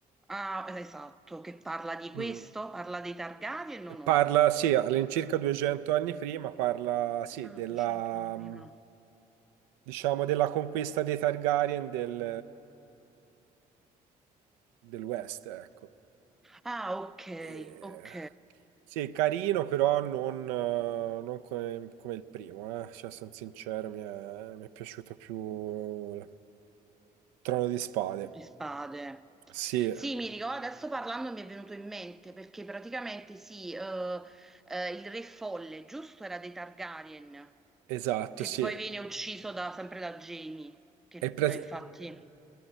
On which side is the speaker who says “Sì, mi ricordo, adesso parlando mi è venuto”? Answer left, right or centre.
Centre